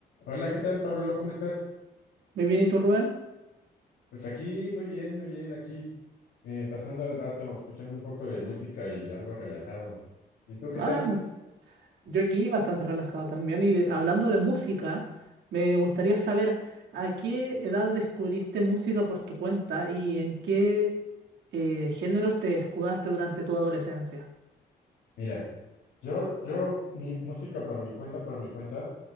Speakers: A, on the left; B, on the right.
A: Hola, ¿qué tal, Pablo? ¿Cómo estás?
B: Muy bien, ¿y tú, Rubén?
A: Pues aquí, muy bien, muy bien, aquí, eh, pasando el rato, escuchando un poco de música y algo relajado. ¿Y tú qué
B: Ah,
A: tal?
B: yo aquí bastante relajado también. Y de- hablando de música, me gustaría saber a qué edad descubriste música por tu cuenta y en qué eh, géneros te escudaste durante tu adolescencia.
A: Mira, yo, yo, mi música por mi cuenta, por mi cuenta,